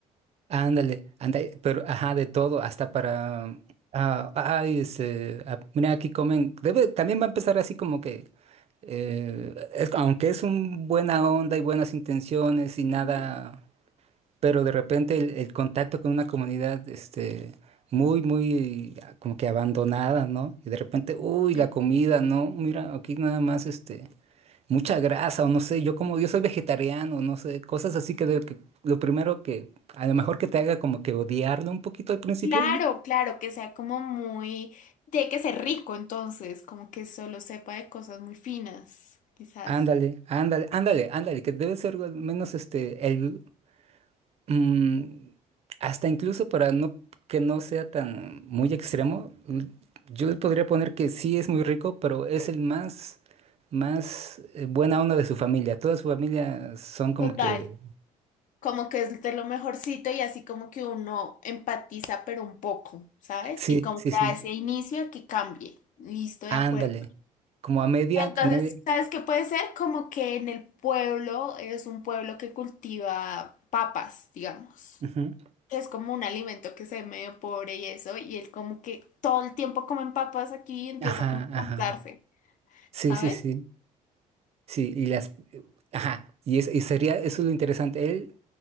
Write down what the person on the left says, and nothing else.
Ujú.
Sí.
Claro,
claro, que sea como muy... Tiene que ser rico entonces, como que solo sepa de cosas muy finas, quizás.
Total.
como que es de lo mejorcito y así como que uno empatiza, pero un poco, ¿sabes?
Y como
que
a ese inicio que cambie. Listo, de
acuerdo.
Entonces,
¿sabes qué puede ser? Como que en el pueblo es un pueblo que cultiva papas, digamos.
que Es como un alimento que se ve medio pobre y eso, y él como que todo el tiempo comen papas aquí y empieza
como a
compensarse,
¿sabes?